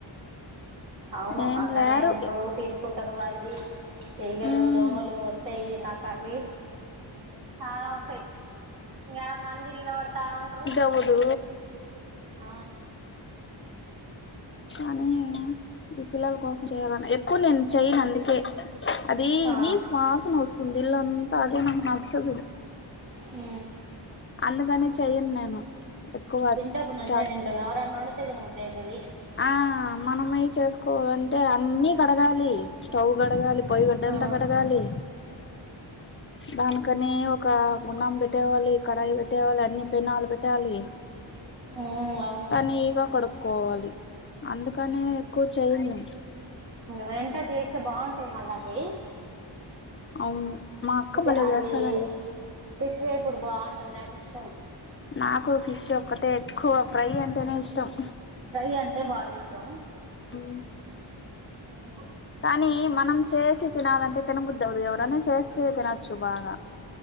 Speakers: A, on the right; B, on the left.
A: అవును
B: నేను
A: అక్కడనే
B: రారు
A: ఉంటారు తీసుకుంటారు అది ఈగలు
B: మ్మ్
A: దోమలు వస్తాయి నాకు అవి చాలా ఉంటాయి ఇంకాడ మంది నీలా పడతా ఉంటారు
B: అవును
A: ఆ
B: కానీ ఈ పిల్లల కోసం చేయాలని ఎక్కువ నేను చెయను అందుకే అది
A: ఆ
B: నిశువాసనా వస్తుంది ఇల్లంతా అదే నాకు నచ్చదు
A: ఉ
B: అందుకనే చెయ్యను నేను ఎక్కువ
A: తింటపుడు మంచి
B: చాట్
A: గానే తింటావు ఎవరన్నా వండితే తిన బుద్ధి అవుతది
B: ఆ మనమై చేసుకోవాలంటే అన్నీ కడగాలి స్టవ్ కడగాలి పోయి గడ్డంతా
A: ఆ
B: కడగాలి దాని కానీ ఒక్క మునామ్ పెట్టేవాలీ కడాయి పెట్టేవాలి అన్ని పెనాలు పెట్టాలి
A: ఉ అవ్వ్
B: నీగా కొడుక్కోవాలి అందుకనే ఎక్కువ చేయ్యను
A: వెంటా చేస్తే బాగుంటది మందా కి
B: అవును మా అక్క
A: చికె
B: భలేె
A: అది
B: చేస్తాదండి
A: ఫిష్ వేపుడు బాగుంటది నాకు ఇష్టం
B: నాకు ఫిష్ ఒక్కటే ఎక్కువ ఫ్రై అంటేనే ఇష్టం
A: ఫ్రై అంటే బాగా ఇష్టం
B: ఉ
A: ఉమ్
B: కానీ మనం చేసి తినాలంటే తినా బుద్ధి అవ్వదు ఎవరన్నా చేస్తే తినొచ్చు బాగా